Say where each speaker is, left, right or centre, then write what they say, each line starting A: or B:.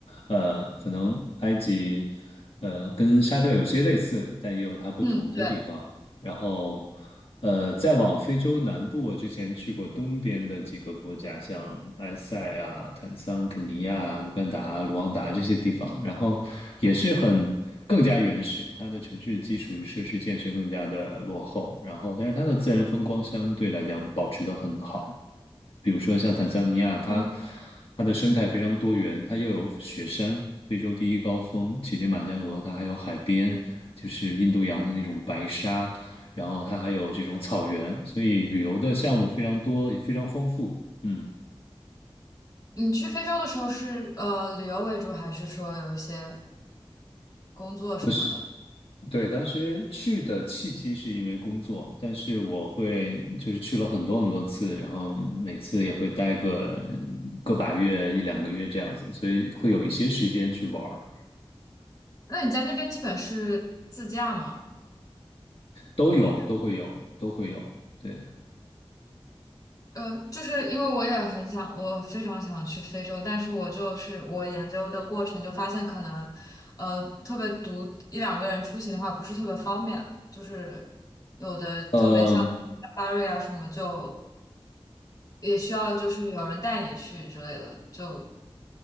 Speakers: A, on the left (about 65°); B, on the left (about 40°).
A: 呃，可能埃及，呃，跟沙特有些类似，但也有它不同的地方。
B: 嗯，对，
A: 然后，呃，再往非洲南部，我之前去过东边的几个国家，像埃塞啊、坦桑、肯尼亚、乌干达、卢旺达这些地方，然后也是很更加原始，它的城市基础设施建设更加的落后，然后但是它的自然风光相对来讲保持得很好。比如说像坦桑尼亚，它
B: 嗯
A: 它的生态非常多元，它又有雪山，非洲第一高峰乞力马扎罗，它还有海边，
B: 嗯，
A: 就是印度洋的那种白沙，然后它还有这种草原，所以旅游的项目非常多，也非常丰富。嗯，
B: 你去非洲的时候是呃旅游为主，还是说有一些工作什么的？
A: 我是，对，当时去的契机是因为工作，但是我会就是去了很多很多次，然后每次也会待个个把月一两个月这样子，所以会有一些时间去玩儿，
B: 那你在那边基本是自驾吗？
A: 都有，
B: 还是？
A: 都会有，都会有，对。
B: 呃，就是因为我也很想，我非常想去非洲，但是我就是我研究的过程就发现，可能呃特别独一两个人出行的话不是特别方便，就是有的特别像巴瑞啊什么，
A: 嗯。
B: 就也需要就是有人带你去之类的，就